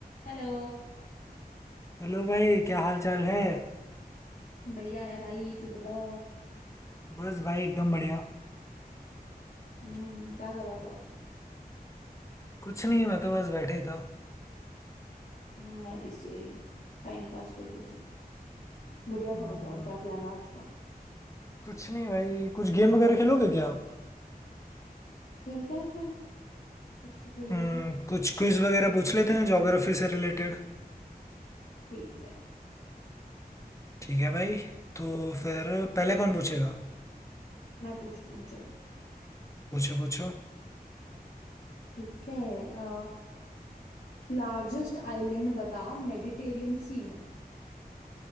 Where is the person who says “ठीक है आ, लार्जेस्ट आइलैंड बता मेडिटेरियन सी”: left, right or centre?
Left